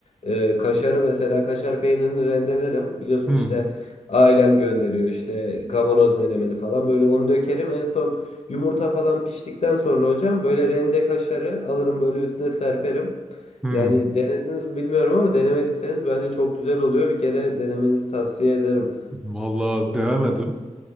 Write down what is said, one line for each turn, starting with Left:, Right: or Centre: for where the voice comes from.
Left: Ee, kaşarı mesela kaşar peynirini rendelerim. Biliyorsun
Centre: hı.
Left: işte ailem gönderiyor işte kavanoz menemeni falan böyle onu dökerim en son Yumurta falan piştikten sonra hocam böyle rende kaşarı alırım böyle üstüne serperim.
Centre: hı.
Left: Yani denediniz mi bilmiyorum ama denemediyseniz bence çok güzel oluyor. Bir kere denemenizi tavsiye ederim.
Centre: Vallahi denemedim.